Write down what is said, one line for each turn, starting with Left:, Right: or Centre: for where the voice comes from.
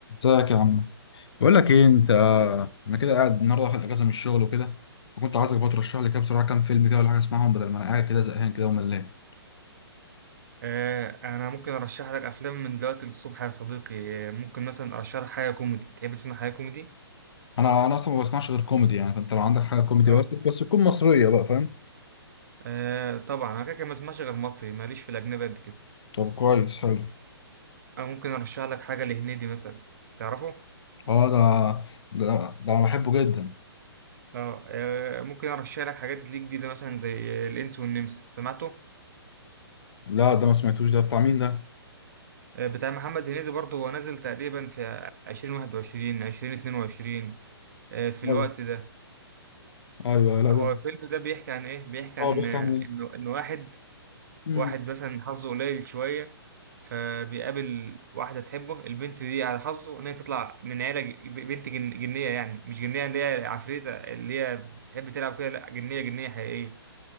Left: ازيك يا عم بقول لك ايه انت انا كده قاعد النهارده واخد اجازه من الشغل وكده وكنت عايزك بقى ترشح لي كده بسرعه كام فيلم كده ولا حاجه اسمعهم بدل ما انا قاعد كده زهقان كده وملان
Right: آه، انا ممكن ارشح لك افلام من دلوقتي للصبح يا صديقي آه، ممكن مثلا ارشح لك حاجه كوميدي تحب تسمع حاجه كوميدي
Left: انا انا اصلا ما بسمعش غير كوميدي يعني فانت لو عندك حاجه كوميدي
Right: اه
Left: بس بس تكون مصريه بقى فاهم
Right: آه طبعا انا كده كده ما اسمعش غير مصري ماليش في الاجنبي قد كده
Left: طب كويس حلو
Right: انا ممكن ارشح لك حاجه لهنيدي مثلا تعرفه
Left: اه ده ده ده انا بحبه جدا
Right: اه آه، ممكن ارشح لك حاجات ليه جديده مثلا زي آه، الانس والنمس سمعته
Left: لا ده ما سمعتوش ده بتاع مين ده
Right: آه، بتاع محمد هنيدي برضه هو نازل تقريبا في 2021 2022 آه، في
Left: ايوه
Right: الوقت ده
Left: ايوه لا
Right: هو
Left: ده
Right: الفيلم ده بيحكي عن ايه بيحكي
Left: اه
Right: عن
Left: بيحكي
Right: آه،
Left: عن ايه
Right: انه ان واحد
Left: امم
Right: واحد مثلا حظه قليل شوية فبيقابل واحدة تحبه البنت دي على حظه إن هي تطلع من عيلة ج- بنت جن جنية يعني مش جنية اللي هي عفريتة اللي هي بتحب تلعب كده لأ جنية جنية حقيقية